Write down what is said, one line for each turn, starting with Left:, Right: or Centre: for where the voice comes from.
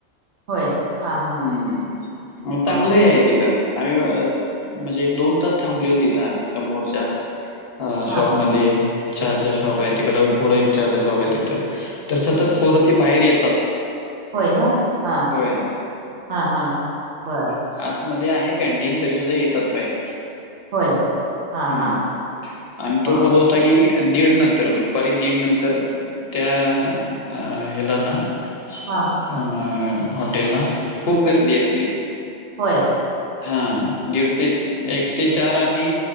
Right: होय हा हा
Left: हम्म चांगलंही
Right: बर
Left: आहे तिथं आम्ही म्हणजे एक दोन तास थांबलेल तिथं आम्ही समोरच्या अ शॉप
Right: हा
Left: मध्ये चार्जर शॉप
Right: हा
Left: आहे तिकड पुुढं एक चार्जर शॉप आहे तिथं. तर सतत फोर ती बाहेर येतात.
Right: होय ना, हा
Left: होय
Right: हा हां बरं.
Left: आतमध्ये आहे कॅनटीन तरी सुद्धा येतात बाहेरबी.
Right: होय हा
Left: हम्म,
Right: हा
Left: आणि
Right: बर
Left: तो बोलत होता की, दीड नंतर दुपारी दीड नंतर त्या अ ह्याला ना,
Right: हा,
Left: अ हॉटेलला खूप गर्दी असते.
Right: होय.
Left: हा दीड ते एक ते चार आणि